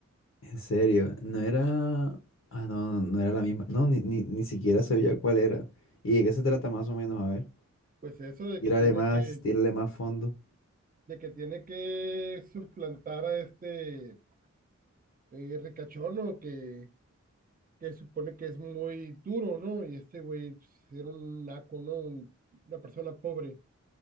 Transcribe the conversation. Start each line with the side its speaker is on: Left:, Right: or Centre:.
Left: En serio, no era... Ah, no, no, no era la misma. No, ni, ni, ni siquiera sabía cuál era. ¿Y de qué se trata más o menos? A ver.
Right: Pues eso de
Left: Tírale
Right: que tiene
Left: más,
Right: que,
Left: tírale más fondo.
Right: de que tiene que suplantar a este eh, ricachono que, que supone que es muy duro, ¿no? Y este güey pues, era un naco, ¿no? Un- una persona pobre,